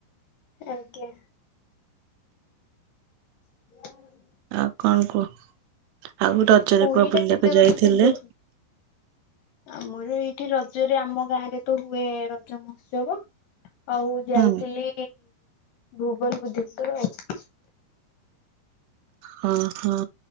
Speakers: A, on the left; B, on the right.
A: ଆଜ୍ଞା। <unintelligible>
B: ଆଉ କଣ କୁହ ଆଉ ରଜରେ
A: ପୁରୀ
B: କୁଅ
A: ଟା
B: ବୁଲିବାକୁ
A: କେତେ
B: ଯାଇଥିଲେ?
A: ବାଟ କି ଦୂ ଆମର ଏଇଠି ରଜରେ ଆମ ଗାଁ ରେ ତ ହୁଏ ରଜ ମହୋତ୍ସବ ଆଉ ଯାଇଥିଲି
B: ହୁଁ।
A: ଭୁବନ ବୁଦ୍ଧେସ୍ଵର ଆଉ
B: ହଁ ହଁ